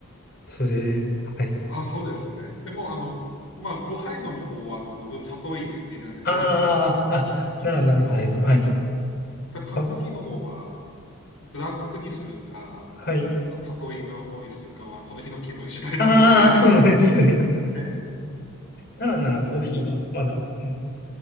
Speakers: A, on the left; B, on the left.
A: それ、はい。
B: あ、そうですね。でも、あの、まあ、5杯飲む方は、あの、僕、砂糖入れ入れないでブラックで飲んで
A: ああ、あ、
B: いいんですけど、
A: ならならだいぶ、はい。
B: ただ缶コーヒーの方は
A: あ、
B: ブラックにするか、
A: はい。
B: 里芋の方にするかは、その日の気分次第なので
A: ああ、
B: <laughs>
A: そうなんですね。<laughs>
B: ええ、
A: ならならコーヒーは、まだ、うん、